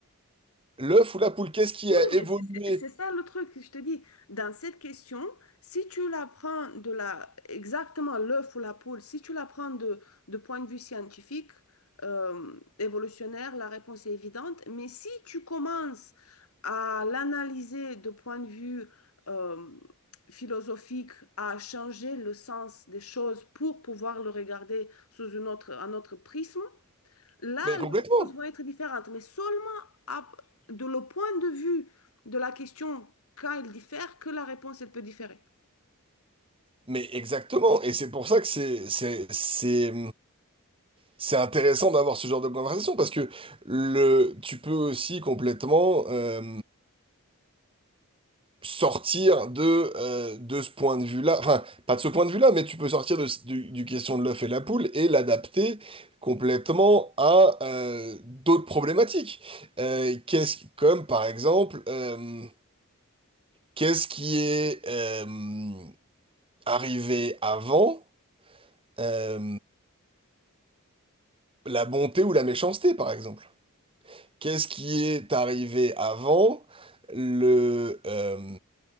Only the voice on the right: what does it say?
l'œuf ou la poule, qu'est-ce qui
a
évolué?
Mais complètement.
Mais exactement. Et c'est pour ça que c'est, c'est, c'est, c'est intéressant d'avoir ce genre de conversation parce que le, tu peux aussi complètement euh, sortir de, euh, de ce point de vue-là. Enfin, pas de ce point de vue-là, mais tu peux sortir de, ce- du, du question de l'œuf et la poule et l'adapter complètement à euh, d'autres problématiques. Euh, qu'est-ce, comme par exemple. euh, Qu'est-ce qui est euh, arrivé avant euh, la bonté ou la méchanceté, par exemple? Qu'est-ce qui est arrivé avant le euh,